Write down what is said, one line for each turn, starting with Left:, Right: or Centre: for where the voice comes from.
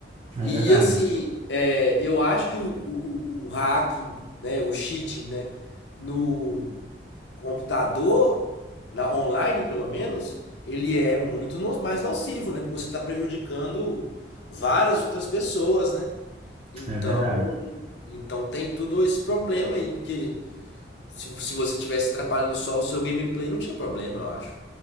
Left: E
Right: é verdade,
Left: assim, é, eu acho que o, o, o o hacking, né, o cheating, né, no computador, na online pelo menos, ele é muito no- mais nocivo, né, porque você está prejudicando várias outras pessoas, né? Então,
Right: é verdade.
Left: então tem tudo esse problema aí, porque se, se você tivesse atrapalhando só o seu gameplay, não tinha problema, eu acho.